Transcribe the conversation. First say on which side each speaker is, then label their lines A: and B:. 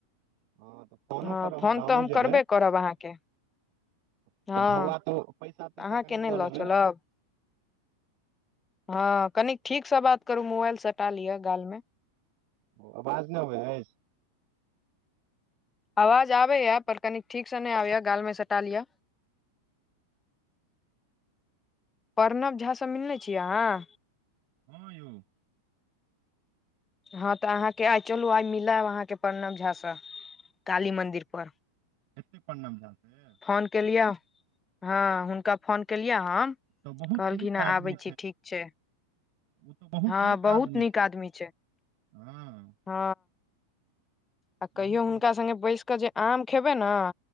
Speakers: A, on the right (about 45°); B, on the left (about 15°).
A: हँ तऽ फोनो
B: हँ
A: करब
B: फोन
A: हमरा
B: तऽ
A: हमहूँ
B: हम
A: जेबै
B: करबे करब अहाँके
A: आ
B: हँ
A: धौआ तो पैसा तैसा
B: अहाँ
A: कनि
B: के नै लऽ
A: लेबै
B: चलब हँ कनीक ठीक स बात करू मोबाइल सटा लिअ गाल मे
A: ओ आवाज नहि अबै अछि
B: आवाज आबैए पर कनी ठीकसँ नहि आबैए गालमे सटा लिअ प्रणव झा स मिलने छियै अहाँ
A: हँ यौ
B: हँ तऽ अहाँके आइ चलू आइ मिलब अहाँके प्रणव झा से काली मंदिर पर
A: हेतै प्रणव झा से
B: फोन केलियै हँ हुनका फोन केलियै हम
A: तऽ बहुत
B: कहलखिन
A: नीक
B: है
A: आदमी
B: आबै छी ठीक छै
A: ओ तऽ बहुत
B: हँ
A: नीक
B: बहुत
A: आदमी
B: नीक
A: छै
B: आदमी
A: हँ
B: हँ आ कहियो
A: बहुत
B: हुनका
A: नीक
B: संगे बैस कऽ जे आम खेबै न